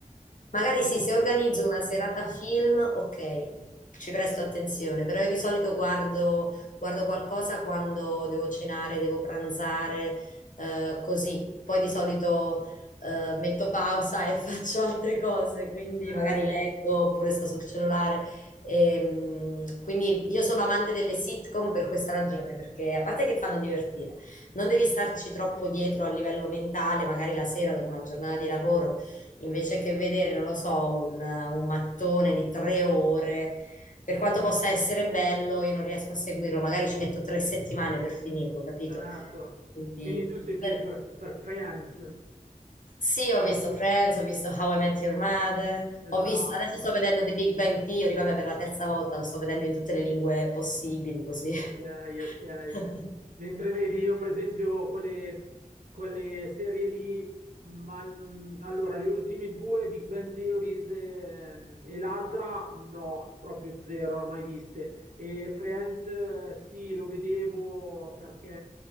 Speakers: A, on the left (about 70°); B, on the right (about 70°).
A: magari sì, se organizzo una serata film, ok, ci presto attenzione, però io di solito guardo, guardo qualcosa quando devo cenare, devo pranzare, eh, così. Poi di solito, eh, metto pausa e <laughs> faccio altre cose, quindi
B: Certo,
A: magari leggo oppure sto sul cellulare. Ehm, quindi io sono amante delle sitcom per questa ragione, perché a parte che fanno divertire, non devi starci troppo dietro a livello mentale, magari la sera dopo una giornata di lavoro, invece che vedere, non lo so, un, un mattone di tre ore, per quanto possa essere bello, io non riesco a seguirlo, magari ci metto tre settimane per finirlo, capito?
B: certo.
A: Quindi...
B: Quindi tu sei più
A: eh,
B: per, per Friends.
A: sì, ho visto Friends, ho visto How I Met Your Mother,
B: Esatto.
A: ho visto, adesso sto vedendo The Big Bang Theory, vabbè, per la terza volta lo sto vedendo in tutte le lingue possibili, così.
B: Ok, ok.
A: <laughs>
B: Mentre vedi, io per esempio quelle, quelle serie lì, ma allora le ultime due, Big Bang Theories ehm, e, l'altra, no, proprio zero, non mai viste. E Friends, eh, sì, lo vedevo perché